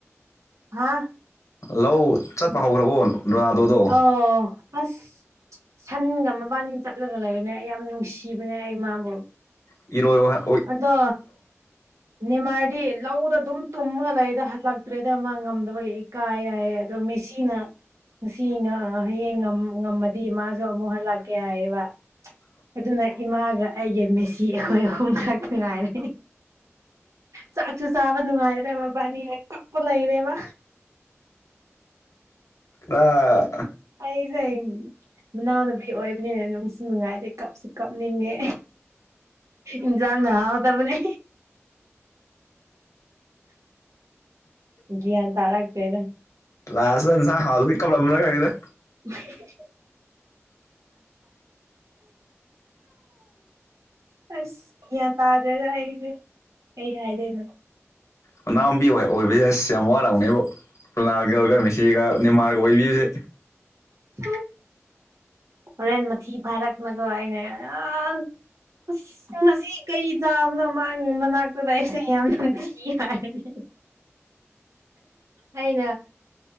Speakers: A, on the right (about 85°); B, on the left (about 90°).
A: ꯍꯥ
B: ꯂꯧ ꯆꯠꯄ ꯍꯧꯈ꯭ꯔꯕꯣ ꯔꯣꯅꯥꯟꯗꯣ ꯗꯣ
A: ꯑꯣ ꯑꯁ ꯁꯟꯒ ꯃꯕꯥꯅꯤ ꯆꯠꯂꯒ ꯂꯩꯕꯅꯦ ꯑꯩ ꯌꯥꯝ ꯅꯨꯡꯁꯤꯕꯅꯦ ꯑꯩ ꯃꯥꯕꯨ
B: ꯏꯔꯣꯏ ꯋ
A: ꯑꯗꯣ ꯅꯤꯃꯥꯔꯗꯤ ꯂꯧꯗ ꯑꯗꯨꯝ ꯇꯨꯝꯃꯒ ꯂꯩꯗ ꯍꯜꯂꯛꯇ꯭ꯔꯦꯗ ꯃꯥ ꯉꯝꯗꯕꯒꯤ ꯀꯥꯏꯑꯌꯦ ꯑꯗꯣ ꯃꯦꯁꯤꯟ ꯉꯁꯤꯅ ꯍꯌꯦꯡ ꯉꯝꯃꯗꯤ ꯃꯥꯁꯨ ꯑꯃꯨꯛ ꯍꯜꯂꯛꯀꯦ ꯍꯥꯏꯌꯦꯕ ꯑꯗꯨꯅ ꯏꯃꯥꯒ ꯑꯩꯒ ꯃꯦꯁꯤ ꯑꯩꯈꯣꯏ ꯑꯍꯨꯝ ꯈꯛꯇ ꯉꯥꯏꯔꯦ ꯆꯥꯛꯁꯨ ꯆꯥꯕ ꯅꯨꯡꯉꯥꯏꯗ꯭ꯔꯦ ꯕꯥꯅꯤ ꯍꯦꯛ ꯀꯛꯄ ꯂꯩꯔꯦꯕ
B: ꯑꯥ
A: ꯑꯩ ꯁꯦ <inaudible> ꯃꯅꯥꯎꯅꯨꯕꯤ ꯑꯣꯏꯕꯅꯤꯅ ꯅꯨꯡꯁꯨ ꯅꯨꯡꯉꯥꯏꯔꯦ ꯀꯞꯁꯨ ꯀꯞꯅꯤꯡꯉꯦ ꯏꯟꯖꯥꯡꯅ ꯍꯥꯎꯇꯕꯅꯦ ꯒꯤꯌꯥꯟ ꯇꯥꯔꯛꯇꯦꯗ
B: ꯂꯥꯏꯁꯇ ꯌꯦꯟꯁꯥꯡ ꯍꯥꯎꯇꯕꯩ ꯀꯥꯞꯂꯝꯃ ꯈꯪꯗꯦꯗ
A: ꯍꯦꯍꯥꯍꯥꯍꯥ <inaudible> ꯑꯁ ꯒ꯭ꯌꯥꯟ ꯇꯥꯗꯦꯗ ꯑꯩꯗꯤ ꯀꯩ ꯍꯥꯏꯗꯣꯏꯅꯣ
B: ꯃꯅꯥꯎꯕꯤ ꯑꯣꯏꯕꯁꯦ ꯑꯁ ꯌꯥꯝ ꯋꯥꯔꯝꯅꯦꯕꯣ ꯔꯣꯅꯥꯟꯗꯣ ꯃꯦꯁꯤꯒ ꯅꯤꯃꯥꯔꯒ ꯑꯣꯏꯕꯤꯕꯁꯦ
A: ꯑꯣ ꯍꯣꯔꯦꯟ ꯃꯊꯤ ꯐꯥꯏꯔꯛꯑꯒ ꯑꯩꯅ ꯑꯥꯁ ꯉꯁꯤ ꯀꯩ ꯆꯥꯕꯅꯣ ꯃꯥꯡꯉꯤ ꯃꯅꯥꯛꯇ ꯂꯩꯕꯁꯦ ꯌꯥꯝ ꯅꯝꯊꯤ ꯍꯥꯏꯔꯅꯤ ꯑꯩꯅꯥ